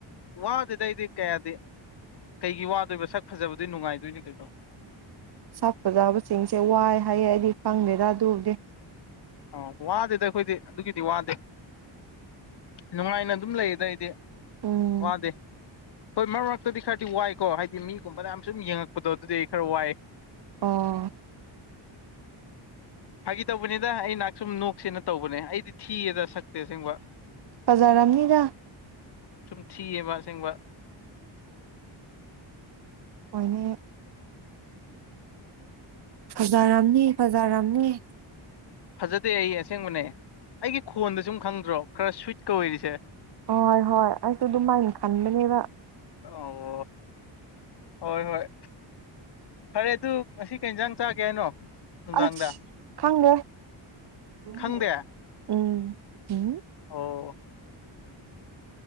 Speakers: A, on the left; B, on the right.
A: ꯋꯥꯗꯦꯗ ꯑꯩꯗꯤ ꯀꯌꯥꯗꯤ ꯀꯩꯒꯤ ꯋꯥꯗꯣꯏꯕ ꯁꯛ ꯐꯖꯕꯗ ꯅꯨꯡꯉꯥꯏꯗꯣꯏꯅꯦ ꯀꯩꯅꯣ
B: ꯁꯥꯞꯄꯗꯥꯕꯁꯤꯡꯁꯦ ꯋꯥꯏ ꯍꯥꯏꯌꯦ ꯑꯩꯗꯤ ꯐꯪꯗꯦꯔ ꯑꯗꯨꯔꯗꯤ
A: ꯑ ꯋꯥꯗꯦꯗꯤ ꯑꯩꯈꯣꯏꯗꯤ ꯑꯗꯨꯒꯤꯗꯤ ꯋꯥꯗꯦ ꯅꯨꯡꯉꯥꯏꯅ ꯑꯗꯨꯝ ꯂꯩ ꯑꯗ ꯑꯩꯗꯤ
B: ꯎꯝ
A: ꯋꯥꯗꯦ ꯍꯣꯏ ꯃꯔꯛ ꯃꯔꯛꯇꯗꯤ ꯈꯔꯗꯤ ꯋꯥꯏꯀꯣ ꯍꯥꯏꯗꯤ ꯃꯤꯒꯨꯝꯕꯅ ꯌꯥꯝ ꯁꯨꯝ ꯌꯦꯡꯉꯛꯄꯗꯣ ꯑꯗꯨꯗꯤ ꯈꯔ ꯋꯥꯏ
B: ꯑꯣ
A: ꯐꯥꯒꯤ ꯇꯧꯕꯅꯤ ꯑꯗ ꯑꯩ ꯅꯍꯥꯛ ꯁꯨꯝ ꯅꯣꯛꯁꯦꯅ ꯇꯧꯕꯅꯦ ꯑꯩꯗꯤ ꯊꯤꯌꯦꯗ ꯁꯛꯇꯦꯁꯦꯡꯕ
B: ꯐꯖꯥꯔꯝꯅꯤꯗ
A: ꯁꯨꯝ ꯊꯤꯌꯦꯕ ꯑꯁꯦꯡꯕ
B: ꯃꯣꯏꯅꯦ ꯐꯖꯥꯔꯝꯅꯤ ꯐꯖꯥꯔꯝꯅꯤ
A: ꯐꯖꯗꯦ ꯑꯩ ꯑꯁꯦꯡꯕꯅꯦ ꯑꯩꯒꯤ ꯈꯣꯟꯗ ꯁꯨꯝ ꯈꯪꯗ꯭ꯔꯣ ꯈꯔ ꯁ꯭ꯋꯤꯠꯀ ꯑꯣꯏꯔꯤꯁꯦ
B: ꯍꯣꯏ ꯍꯣꯏ ꯑꯩꯁꯨ ꯑꯗꯨꯃꯥꯏꯅ ꯈꯟꯕꯅꯦꯕ
A: ꯑꯣ ꯍꯣꯏ ꯍꯣꯏ ꯐꯔꯦ ꯑꯗꯨ ꯉꯁꯤ ꯀꯩꯁꯥꯡ ꯆꯥꯒꯦ ꯍꯥꯏꯅꯣ ꯅꯨꯡꯗꯥꯡꯗ
B: ꯑ ꯈꯪꯒ ꯎꯝ
A: ꯈꯪꯗꯦ
B: ꯎꯝ ꯎꯝ
A: ꯑꯣ